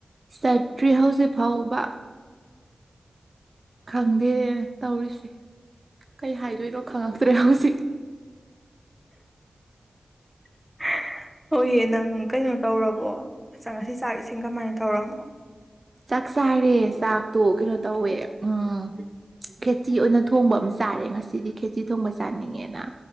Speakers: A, on the right; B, in the centre.
A: ꯆꯠꯇ꯭ꯔꯤ ꯍꯧꯖꯤꯛ ꯐꯥꯎꯕ ꯈꯪꯗꯦꯔꯦ ꯇꯧꯔꯤꯁꯦ ꯀꯩ ꯍꯥꯏꯗꯣꯏꯅꯣ ꯈꯪꯉꯛꯇ꯭ꯔꯦ ꯍꯧꯖꯤꯛ
B: <inaudible> ꯍꯣꯏꯌꯦ ꯅꯪ ꯀꯩꯅꯣ ꯇꯧꯔꯕꯣ ꯆꯥꯛ ꯉꯁꯤ ꯆꯥꯛ ꯏꯁꯤꯡ ꯀꯃꯥꯏꯅ ꯇꯧꯔꯝꯃꯣ
A: ꯆꯥꯛ ꯆꯥꯔꯦ ꯆꯥꯛꯇꯣ ꯀꯩꯅꯣ ꯇꯧꯋꯦ ꯎꯝ ꯈꯦꯆꯤ ꯑꯣꯏꯅ ꯊꯣꯡꯕ ꯑꯃ ꯆꯥꯔꯦ ꯉꯁꯤꯗꯤ ꯈꯦꯆꯤ ꯊꯣꯡꯕ ꯆꯥꯅꯤꯡꯉꯦꯅ